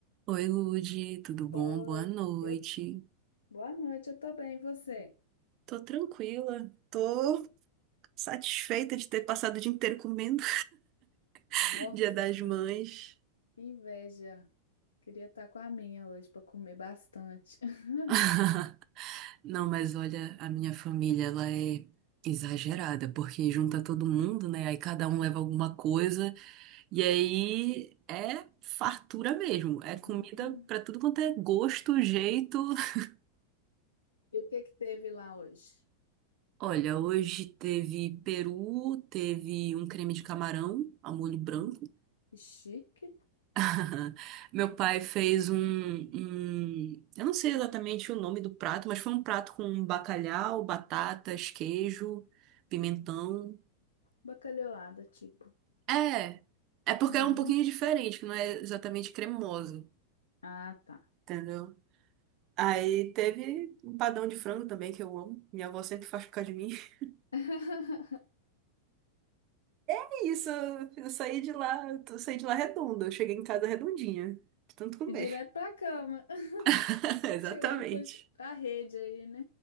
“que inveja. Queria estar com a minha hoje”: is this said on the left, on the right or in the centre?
Left